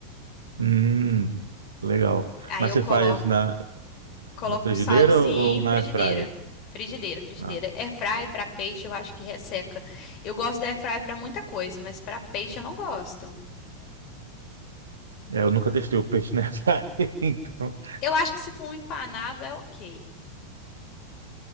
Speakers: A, on the right; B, on the left.
A: Hum, legal.
B: Aí
A: Mas
B: eu
A: você
B: coloco
A: faz na,
B: Coloca
A: na frigideira
B: um salzinho,
A: ou na
B: frigideira.
A: airfryer?
B: Frigideira, frigideira.
A: Ah,
B: Airfry para peixe eu acho que resseca. Eu gosto da airfry para muita coisa, mas para peixe eu não gosto.
A: é, eu nunca testei o peixe na airfryer, <laughs> então
B: Eu acho que se for um empanado é ok,